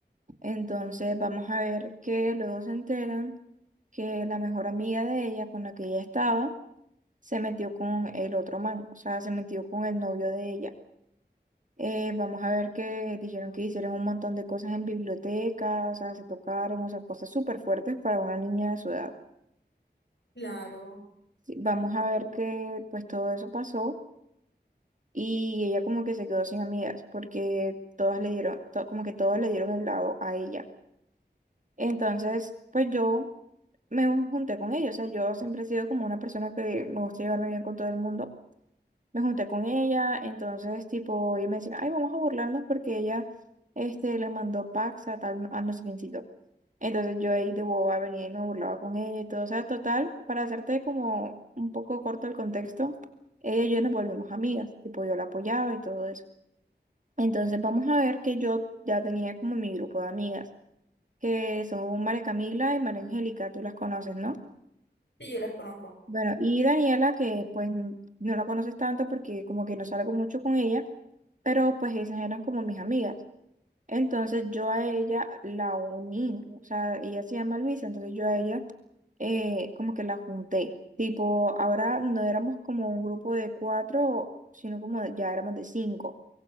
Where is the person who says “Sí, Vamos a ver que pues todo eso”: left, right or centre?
Right